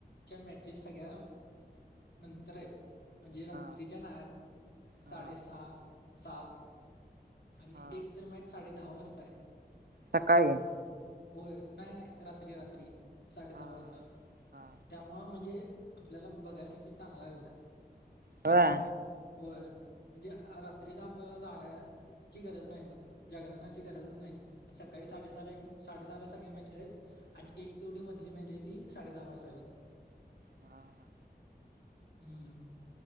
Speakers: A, on the left; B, on the right.
A: च्या मॅचेस सगळ्या नंतर आहेत,, म्हणजे रात्रीच्या
B: हा
A: नायत,,
B: हा
A: साडे सहा, सात, आणि
B: हा
A: एक तर मॅच साडे दहा वाजताय,,
B: सकाळी,
A: होय,, नाही,, नाही रात्री, रात्री साडे दहा
B: हा हा.
A: वाजता,,
B: हा
A: त्यामुं म्हणजेऽऽ आपल्याला बघायसाठी चांगला आहे बघ.
B: होय,,
A: होय, म्हणजे रात्रीच आपल्याला जागायऽऽ ची गरज नाही मग,, जागरणाची गरजच नाही,, सकाळी साडेसहाला एक साडेसहाला सगळे मॅचेस आहेत. आणि एक तेवढी मधली मॅच आहे ती साडे दहा वाजताय बघ.
B: हा, हा
A: हम्म